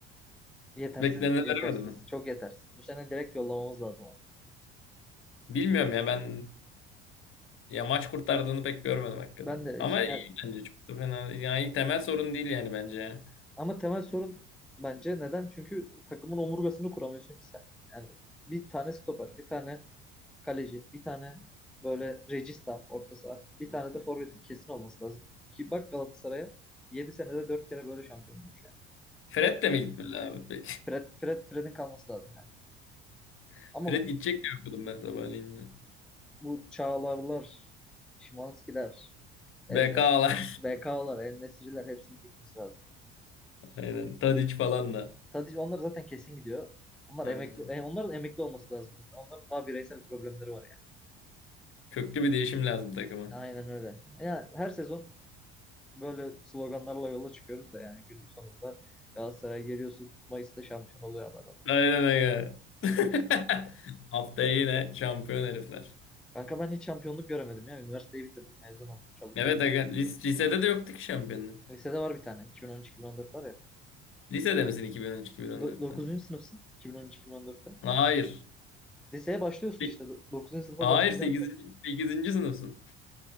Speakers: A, in the centre; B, on the left.
A: yetersiz,
B: Bekleneni
A: yetersiz,
B: veremedi mi?
A: çok yetersiz. Bu sene direkt yollamamız lazım onu.
B: Bilmiyorum ya ben ya maç kurtardığını pek görmedim hakikaten.
A: Ben de
B: Ama
A: hiç
B: iyi
A: yani
B: bence çok da fena. Yani temel sorun değil yani bence ya.
A: Ama temel sorun bence neden? Çünkü takımın omurgasını kuramıyorsun ki sen. Yani bir tane stoper, bir tane kaleci, bir tane böyle regista orta saha, bir tane de forvetin kesin olması lazım. Ki bak Galatasaray'a 7 senede 4 kere böyle şampiyon olmuş yani.
B: Fred
A: Hep
B: de mi gitmeli abi?
A: Fred, Fred, Fred'in kalması lazım yani.
B: <laughs>
A: Ama
B: Fred
A: bu
B: gidecek diye okudum ben sabahleyin. yine.
A: bu Çağlarlar, Şimanskiler, El
B: BK'lar.
A: Nes BK'lar, El Nesri'ler hepsinin gitmesi lazım.
B: <laughs> Aynen. Tadic falan da.
A: Tadic onlar zaten kesin gidiyor. Onlar emekli,
B: Aynen.
A: e, onların emekli olması lazım. Onların daha bireysel problemleri var yani.
B: Köklü bir değişim lazım takıma.
A: Aynen öyle. Yani her sezon böyle sloganlarla yola çıkıyoruz da yani günün sonunda Galatasaray'a geliyorsun. Mayıs'ta şampiyon oluyor abi adamlar.
B: Aynen öyle. <laughs> Haftaya yine şampiyon herifler.
A: Kanka ben hiç şampiyonluk göremedim ya. Üniversiteyi bitirdim. Mezun oldum. Çalışıyorum.
B: Evet aga, lis- lisede de yoktu ki şampiyonluk.
A: Lisede var bir tane. 2013-2014 var ya.
B: Lisede misin 2013-2014'te?
A: Do- Dokuzuncu sınıfsın. 2013-2014'te.
B: Hayır.
A: Liseye başlıyorsun
B: Li-
A: işte. Do- dokuzuncu sınıfa
B: Hayır
A: başlayacaksın
B: sekizinci
A: sen.
B: sekizinci sınıfsın.